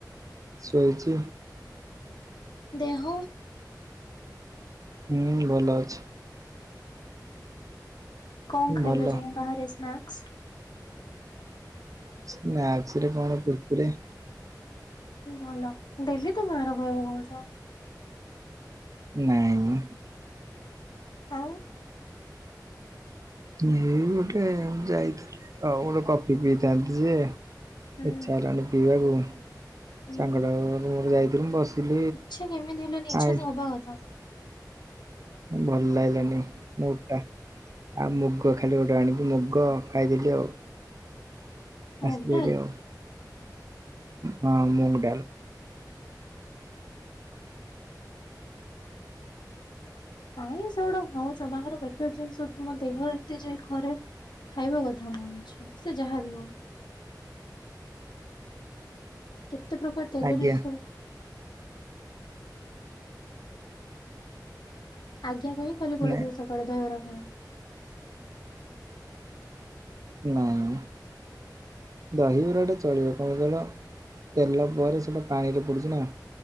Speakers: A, on the right; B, on the left.
A: ଶଇଛି
B: ଦେହ
A: ହୁଁ ଭଲ ଅଛି
B: କଣ ଖାଇଲ
A: ଭଲ
B: ଯାଇ ବାହାରେ ସ୍ନାକ୍ସ?
A: ସ୍ନାକସ୍ ରେ କଣ କୁର କୁରି
B: ଭଲ ଡେଲି ତୁ ବାହାର କକୁ କହୁଛ
A: ନାଇଁ
B: ଆଉ
A: ଏଇ ଗୋଟେ ଯାଇଥିଲି ଆଉ ଗୋଟେ କଫି ପିଇଥାନ୍ତି ଯେ
B: ହୁଁ
A: ଛ ହେଲାଣି ବିିିବାକୁ।
B: ହୁଁ
A: ସାଙ୍ଗଟା
B: ହୁଁ
A: ଯାଇଥିଲ ମୁ ବସ
B: ଇଚ୍ଛା କେମିତି ହେଲାନି
A: ଆଲ ଆ
B: <unintelligible>
A: ଭଲ ଲାଗିଲାନି ମୋଟା। ଆଉ ମୁଗ ଖାଲି ଗୋଟେ ଆଣିକି ମୁଗ ଖାଇଦେଲି ଆଉ
B: ମୁଗ
A: ଆସଲେ
B: ଡାଲ
A: ଆଉ ହଁ ମଗଡାଲ।
B: କାହି ସେଗୁଡା ପିଉଛ ଵେକାର ଜିନିସତୁମ ଦେହ ଏତେ ଯାଏ କରାଟେ। ଖାଇବା କଥା ନୁହଁ ସେ ଯାହା ବି ହଉ। କେତେ ପ୍ରକାର ତେଲରେ
A: ଆଜ୍ଞା
B: ସବୁ। ଆଜ୍ଞା କ ହି ଖାଲି ପଳେଇଥିବ
A: ନାଇଁ
B: ସକାଳେ ଦହରା ଖ
A: ନାଆଁ। ଦହିବରାଟା ଚଳିବ କଣ କହିଲ ତେଲ ପରେ ସେଇଟା ପାଣିରେ ପଡ଼ୁଛି ନା।